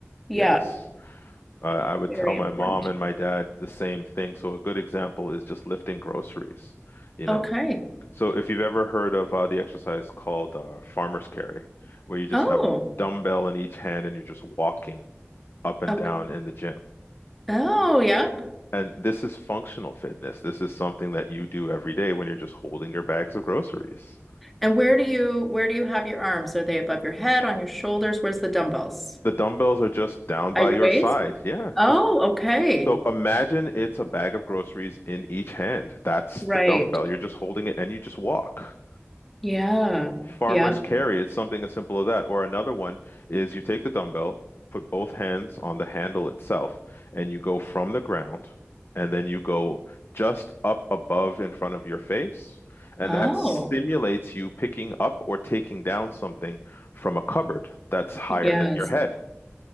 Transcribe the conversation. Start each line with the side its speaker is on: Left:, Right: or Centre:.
Centre: Yeah,
Left: Yes. I I would
Centre: very
Left: tell my
Centre: important.
Left: mom and my dad the same thing. So a good example is just lifting groceries, you
Centre: Okay.
Left: know. So if you've ever heard of uh, the exercise called uh, farmer's carry, where you just
Centre: Oh.
Left: have a dumbbell in each hand and you're just walking up and
Centre: Okay.
Left: down in the gym.
Centre: Oh, yeah.
Left: And this is functional fitness. This is something that you do every day when you're just holding your bags of groceries.
Centre: And where do you where do you have your arms? Are they above your head, on your shoulders? Where's the dumbbells?
Left: The dumbbells are just down
Centre: At
Left: by
Centre: your
Left: your
Centre: waist?
Left: side. Yeah,
Centre: Oh,
Left: just
Centre: okay.
Left: so imagine it's a bag of groceries in each hand. That's
Centre: Right.
Left: the dumbbell. You're just holding it and you just walk.
Centre: Yeah.
Left: Farmer's
Centre: Yeah.
Left: carry, it's something as simple as that. Or another one is you take the dumbbell, put both hands on the handle itself, and you go from the ground, and then you go just up above in front of your face. And
Centre: Oh.
Left: that stimulates you picking up or taking down something from a cupboard that's higher
Centre: Yes,
Left: than your head.